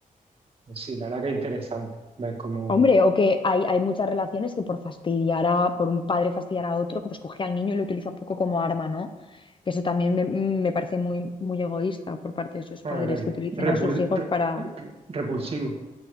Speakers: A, on the right; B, on the left.
A: Pues sí, la verdad que es interesante. Es como
B: Hombre, o que hay, hay muchas relaciones que por fastidiar a, por un padre fastidiar a otro, que pues coge al niño y lo utiliza un poco como arma, ¿no? Que eso también me, me parece muy, muy egoísta por parte de esos
A: bueno,
B: padres
A: es
B: que utilicen
A: repul-
B: a sus hijos
A: re-
B: para...
A: re- repulsivo.